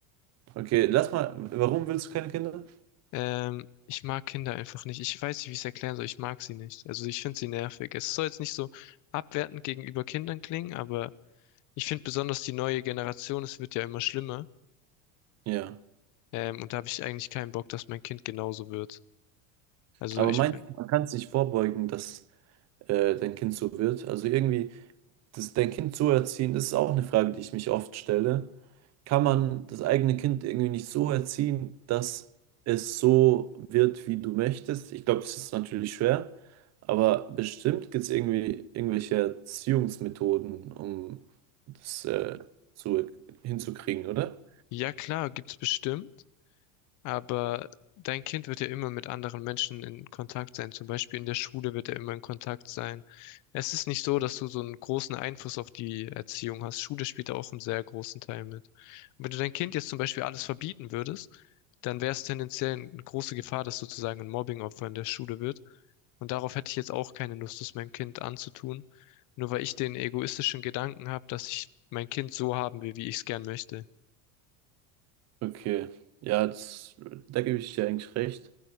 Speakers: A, on the right (about 40°); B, on the left (about 50°).
A: Okay, lass mal, warum willst du keine Kinder?
B: Ähm, ich mag Kinder einfach nicht. Ich weiß nicht, wie ich es erklären soll. Ich mag sie nicht. Also ich finde sie nervig. Es soll jetzt nicht so abwertend gegenüber Kindern klingen, aber ich finde besonders die neue Generation, es wird ja immer schlimmer.
A: Ja.
B: Ähm, und da habe ich eigentlich keinen Bock, dass mein Kind genauso wird. Also
A: Aber
B: ich
A: meinst
B: bin.
A: du, man kann es nicht vorbeugen, dass äh, dein Kind so wird? Also irgendwie. das, dein Kind so erziehen, das ist auch eine Frage, die ich mich oft stelle. Kann man das eigene Kind irgendwie nicht so erziehen, dass es so wird, wie du möchtest? Ich glaube, das ist natürlich schwer, aber bestimmt gibt es irgendwie irgendwelche Erziehungsmethoden, um das äh, zu, hinzukriegen, oder?
B: Ja klar, gibt's bestimmt. Aber dein Kind wird ja immer mit anderen Menschen in Kontakt sein. Zum Beispiel in der Schule wird er immer in Kontakt sein. Es ist nicht so, dass du so einen großen Einfluss auf die Erziehung hast. Schule spielt da auch einen sehr großen Teil mit. Und wenn du dein Kind jetzt zum Beispiel alles verbieten würdest, dann wäre es tendenziell eine große Gefahr, dass sozusagen ein Mobbingopfer in der Schule wird. Und darauf hätte ich jetzt auch keine Lust, das meinem Kind anzutun. Nur weil ich den egoistischen Gedanken habe, dass ich mein Kind so haben will, wie ich es gern möchte.
A: Okay, ja, das, da gebe ich dir eigentlich recht.